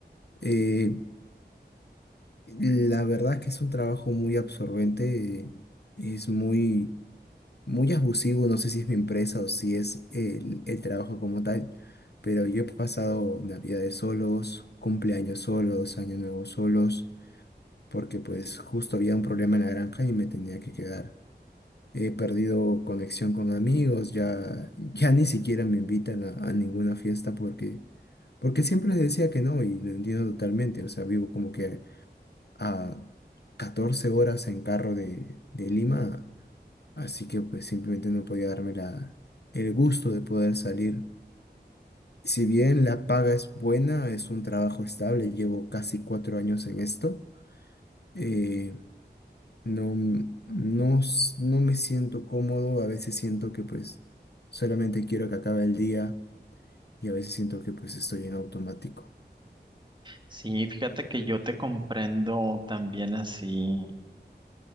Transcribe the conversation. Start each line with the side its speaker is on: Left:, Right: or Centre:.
Left: Eh, La verdad es que es un trabajo muy absorbente, eh, es muy, muy abusivo, no sé si es mi empresa o si es el, el trabajo como tal, pero yo he pasado navidades solos, cumpleaños solos, año nuevo solos, porque pues justo había un problema en la granja y me tenía que quedar. He perdido conexión con amigos, ya, ya ni siquiera me invitan a, a ninguna fiesta porque, porque siempre les decía que no y lo entiendo totalmente, o sea, vivo como que a 14 horas en carro de, de Lima, así que pues simplemente no podía darme la, el gusto de poder salir. Si bien la paga es buena, es un trabajo estable, llevo casi cuatro años en esto, eh, no, m- no, s- no me siento cómodo, a veces siento que pues solamente quiero que acabe el día y a veces siento que pues estoy en automático.
Right: Sí, fíjate que yo te comprendo también así.